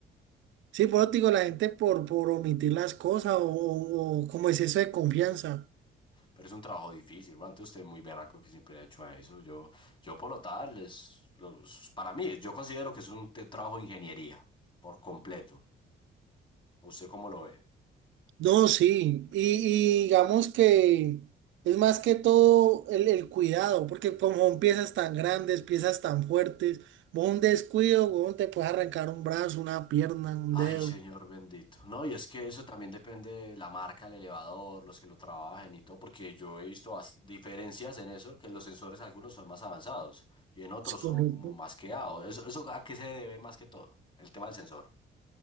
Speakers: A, on the right; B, on the left.
A: Sí, por eso te digo, la gente por, por omitir las cosas o, o o como es eso de confianza.
B: Pero es un trabajo difícil, antes usted muy berraco que siempre ha hecho a eso, yo, yo por lo tal, es, los- para mí, yo considero que es un te- trabajo de ingeniería, por completo. ¿Usted cómo lo ve?
A: No, sí, y, y digamos que es más que todo el, el cuidado, porque como son piezas tan grandes, piezas tan fuertes, vos un descuido, vos te puedes arrancar un brazo, una pierna, un
B: Ay,
A: dedo.
B: señor bendito. No, y es que eso también depende de la marca, el elevador, los que lo trabajen y todo, porque yo he visto bas- diferencias en eso, que los sensores algunos son más avanzados y en otros
A: Es correcto.
B: son como más quedados. Eso, eso a qué se debe más que todo, el tema del sensor.